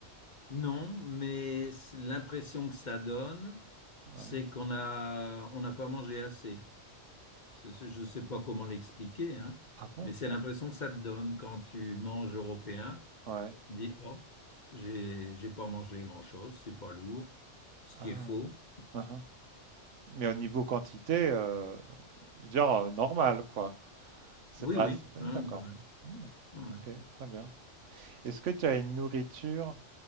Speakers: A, on the left (about 40°); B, on the right (about 75°).
A: Non, mais c'est- l'impression que ça donne, c'est
B: Ouais.
A: qu'on a, on n'a pas mangé assez. C'est- c'est- Je ne sais pas comment l'expliquer, hein,
B: Ah bon?
A: mais c'est
B: Ouais.
A: l'impression que ça te donne quand tu manges européen.
B: Ouais.
A: dit oh, j'ai j'ai pas mangé grand-chose, c'est pas lourd, ce
B: Ah
A: qui est faux.
B: ouais. Mmh Mais au niveau quantité, euh, je veux dire, euh, normal, quoi. C'est
A: Oui,
B: pas...
A: oui.
B: c'est pas-
A: hein,
B: D'accord.
A: ouais,
B: Hmm,
A: ouais,
B: ok,
A: ouais.
B: très bien. Est-ce que tu as une nourriture